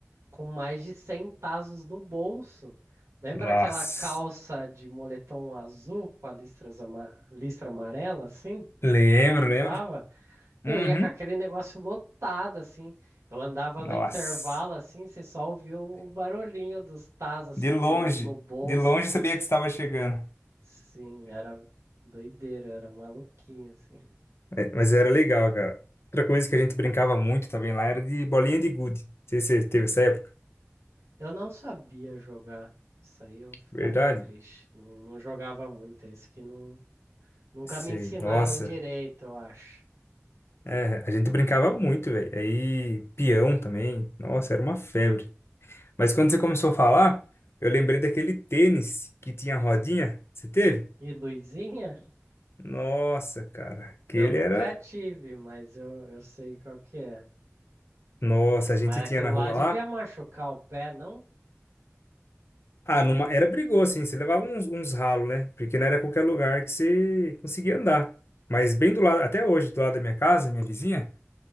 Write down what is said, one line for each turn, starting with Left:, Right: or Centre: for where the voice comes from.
Right: com mais de 100 tazos no bolso. Lembra
Left: Nossa.
Right: aquela calça de moletom azul com a listras ama- listra amarela, assim?
Left: Lembro,
Right: que usava,
Left: lembro. Uhum.
Right: eu ia com aquele negócio lotado, assim. Eu andava
Left: Nossa.
Right: no intervalo, assim, você só ouvia o barulhinho dos tazos,
Left: De
Right: assim, no,
Left: longe,
Right: no bolso,
Left: de longe
Right: assim.
Left: sabia que estava chegando.
Right: Sim, era doideira, era maluquinho, assim.
Left: É, Mas era legal, cara. Outra coisa que a gente brincava muito também lá era de bolinha de gude. Não sei se você teve essa época.
Right: Eu não sabia jogar. Isso aí eu ficava
Left: Verdade?
Right: triste. Não, não jogava muito. Esse que não, Nunca
Left: Sei.
Right: me ensinaram
Left: Nossa.
Right: direito, eu acho.
Left: É, a gente brincava muito, velho. Aí, peão também. Nossa, era uma febre. Mas quando você começou a falar, eu lembrei daquele tênis que tinha rodinha. Você teve?
Right: E luzinha?
Left: Nossa, cara. Aquele
Right: Eu nunca
Left: era.
Right: tive, mas eu, eu sei qual que é.
Left: Nossa, a
Right: Mas
Left: gente tinha
Right: aquilo
Left: na rua
Right: lá devia
Left: lá.
Right: machucar o pé, não?
Left: Ah, numa... era brigou, assim. Você levava uns, uns ralos, né? Porque não era qualquer lugar que você conseguia andar. Mas bem do lado, até hoje, do lado da minha casa, minha vizinha.